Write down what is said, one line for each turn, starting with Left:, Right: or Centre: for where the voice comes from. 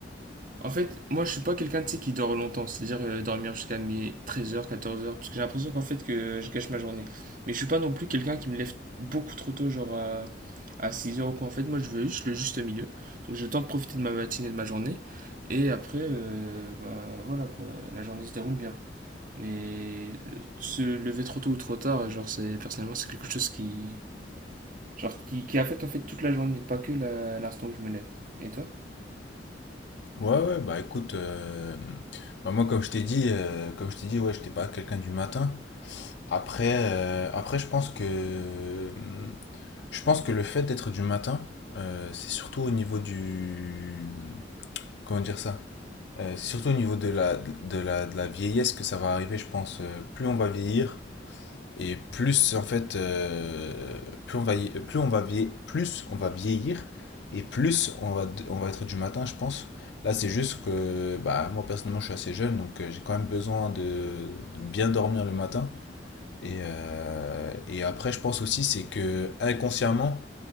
Right: En fait, moi je suis pas quelqu'un tu sais, qui dort longtemps, c'est-à-dire euh, dormir jusqu'à mes 13h, 14h, parce que j'ai l'impression qu'en fait que je gâche ma journée. Mais je suis pas non plus quelqu'un qui me lève beaucoup trop tôt, genre à, à 6h ou quoi. En fait, moi je veux juste le juste milieu. Donc j'ai le temps de profiter de ma matinée, de ma journée. Et après, euh, bah, voilà quoi, la journée se déroule bien. Mais le- se lever trop tôt ou trop tard, genre c'est personnellement c'est quelque chose qui, genre, qui, qui affecte en fait toute la journée, pas que la- l'instant où je me lève. Et toi?
Left: Ouais, ouais, bah écoute, euh, bah, moi comme je t'ai dit, euh, comme je t'ai dit, ouais, j'étais pas quelqu'un du matin. Après, euh, après, je pense que, je pense que le fait d'être du matin, euh, c'est surtout au niveau du, comment dire ça? Euh, c'est surtout au niveau de la, de la, de la vieillesse que ça va arriver, je pense. Euh, plus on va vieillir, et plus en fait, euh, plus on va, y- plus on va vieillir, plus on va vieillir et plus on va, on va être du matin, je pense. Là, c'est juste que bah, moi personnellement, je suis assez jeune, donc euh, j'ai quand même besoin de, de bien dormir le matin. Et, euh, et après, je pense aussi, c'est que inconsciemment,